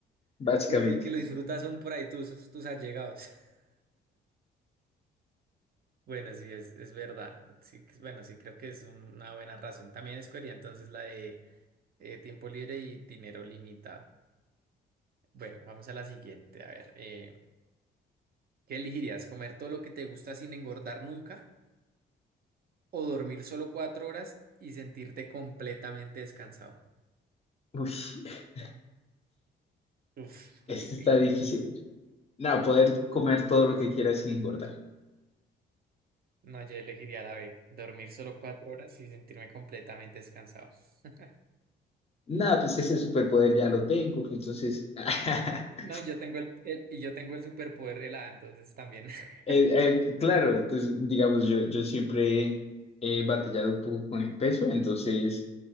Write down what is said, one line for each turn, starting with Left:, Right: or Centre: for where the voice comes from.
Left: básicamente.
Right: Porque el que lo disfruta son por ahí tus, tus allegados. <laughs> Bueno, sí, es, es verdad. Sí, que- bueno, sí, creo que es una buena razón. También escogería entonces la de eh, tiempo libre y dinero limitado. Bueno, vamos a la siguiente. A ver. eh, ¿Qué elegirías? ¿Comer todo lo que te gusta sin engordar nunca? ¿O dormir solo cuatro horas y sentirte completamente descansado?
Left: Uy, <laughs>
Right: Uf, está
Left: este
Right: difícil.
Left: está difícil. No, poder comer todo lo que quiera sin engordar.
Right: No, yo elegiría la B. Dormir solo cuatro horas y sentirme completamente descansado. <laughs>
Left: No, pues ese superpoder ya lo tengo, entonces <laughs>
Right: No, y yo tengo el, el- y yo tengo el superpoder de la A, entonces también. <laughs>
Left: Eh, eh, claro, entonces, digamos, yo, yo siempre he batallado un poco con el peso, entonces